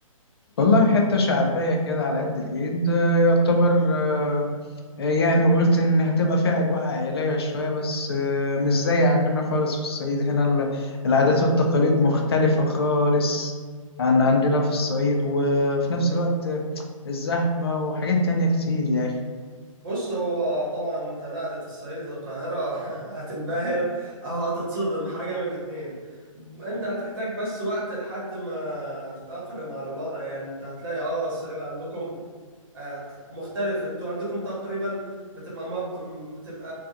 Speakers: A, on the left; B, on the right.
A: والله حتة شعبية كده على قد الإيد آه، يعتبر آه، آه، يعني قلت إن هتبقى فيها أجواء عائلية شوية بس آه، مش زي عندنا خالص في الصعيد هنا ال- العادات والتقاليد مختلفة خالص عن عندنا في الصعيد وفي نفس الوقت آه، الزحمة وحاجات تانية كتير يا أخي
B: بص هو طبعا انت نقلة الصعيد للقاهرة <laughs> هتنبهر او هتتصدم حاجة من الاتنين انت هتحتاج بس وقت لحد ما تتأقلم على الوضع يعني انت هتلاقي اه الصعيد عندكم آه، مختلف انتوا عندكم تقريبا بتبقى مب... م- بتبقى